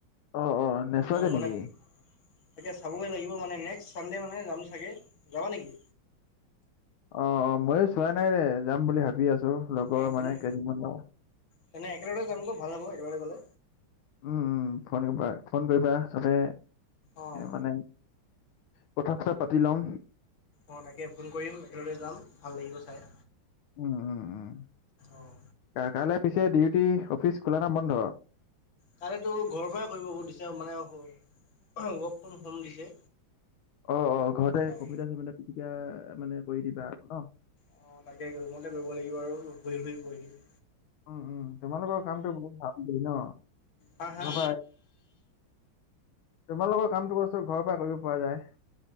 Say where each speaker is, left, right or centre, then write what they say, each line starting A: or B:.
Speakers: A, on the left (about 80°); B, on the left (about 70°).
A: অ', অ', নেচোৱাগে
B: অঁ মনে-
A: নেকি?
B: এতিয়া চাব গৈ লাগিব মানে নেক্সট চানডে মানে যাম চাগে যাবা নেকি?
A: অ, অ, মইয়ো চোৱা নাই ৰে, যাম বুলি ভাবি আছো। লগৰ
B: অ,
A: মানে
B: তেনে,
A: কেইজনমান লগৰ।
B: তেনে, একেলগে যামগৈ, ভাল হ'ব একেলগে গ'লে।
A: উম, উম, শনি বাৰ, ফোন কৰিবা তাতে
B: অঁ
A: মানে কথা-চথা পাতি লম।
B: অ, তাকে ফোন কৰিম, একেলগতে যাম ভাল লাগিব চাই।
A: উম, উম, উম,
B: অঁ
A: কাইলৈ পিছে ডিউটি, অফিচ খোলা না বন্ধ?
B: তাৰে টো ঘৰৰ পৰাই কৰিব দিছে, মানে ৱৰ্ক ফ্ৰম, হোম দিছে।
A: অ, অ, ঘৰতে
B: অঁ
A: কম্পিউটাৰ-চম্পিউটাৰ তেতিয়া মানে কৰি দিবা আৰু ন।
B: অ, তাকে ৰুমতে কৰিব লাগিব আৰু শুই, শুই, কৰি দিম।
A: উম, উম, তোমালোকৰ কামটো, বহুত ভাল বুলি ন,
B: হা হা
A: ঘৰ পাই। তোমালোকৰ কামটো অৱশ্যে, ঘৰৰ পৰা কৰিব পৰা যায়।